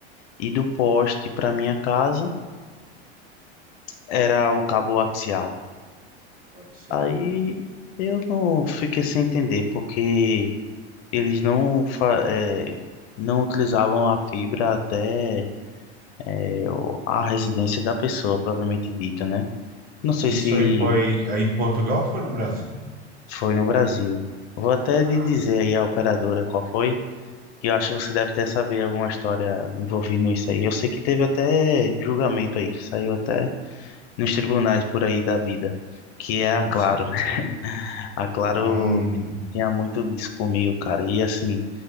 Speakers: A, on the left (about 65°); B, on the right (about 25°).
A: e do poste para minha casa era o cabo axial.
B: comercial.
A: Aí eu não fiquei sem entender porque eles não fa- eh, não utilizavam a fibra até eh, o- a residência da pessoa, propriamente dita, né? Não sei
B: Isso
A: se
B: aí foi aí em Portugal ou foi no Brasil?
A: foi no Brasil. Vou até
B: Ah,
A: de dizer aí a operadora qual foi. que eu acho que você deve até saber alguma história envolvendo isso aí. Eu sei que teve até julgamento aí, saiu até nos tribunais por aí da vida, que é
B: olha
A: a Claro.
B: só.
A: <laughs> A Claro
B: Hum,
A: tinha muito disso comigo, cara. E assim,